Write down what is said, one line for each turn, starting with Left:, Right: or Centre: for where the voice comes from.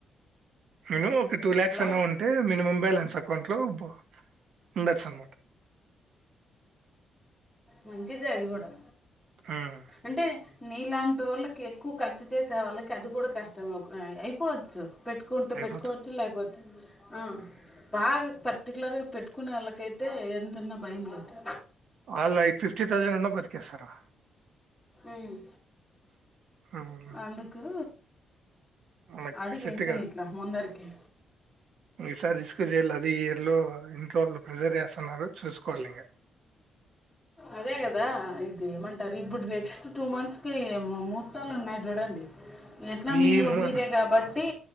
Right: నేనూ ఒక టూ ల్యాక్స్
Centre: అట్లా
Right: అన్నావంటే మినిమం బ్యాలెన్స్ అకౌంట్ లో బా ఉండొచ్చు అనమాట
Centre: మంచిదే అది గూడా
Right: హ్మ్.
Centre: అంటే నీలాంటోళ్ళకి ఎక్కువ ఖర్చు చేసే వాళ్ళకి అది కూడా కష్టం ఉగ్ అయ్ అయిపోవచ్చు పెట్టుకుంటూ
Right: అయిపోతది.
Centre: పెట్టుకోవచ్చు లేకపోతే అ బాగా పర్టిక్యులర్గా పెట్టుకునోళ్ళకైతే ఏం తిన్నా భయం లేదు
Right: ఆల్ ఐఫిల్ ఎట్లగయిన నన్ను బతికేస్తారా
Centre: మ్
Right: ఉమ్.
Centre: అందుకూ
Right: మనకి
Centre: అడిగేసేఇట్లా
Right: సెట్
Centre: ముందరికి
Right: ఇంకసారి రిస్క్ చేయలే అది ఇయర్లో ఇంట్లో వాళ్ళు ప్రిజర్ చేస్తున్నారు చూసుకోవాలి ఇంకా
Centre: అదే కదా ఇది ఏమంటారు ఇప్పుడు నెక్స్ట్ టూ మంత్స్ కే ము-ముహూర్తాలు ఉన్నాయి చూడండి ఎట్లా మీరు
Right: ఈ ము-
Centre: మీరే కాబట్టి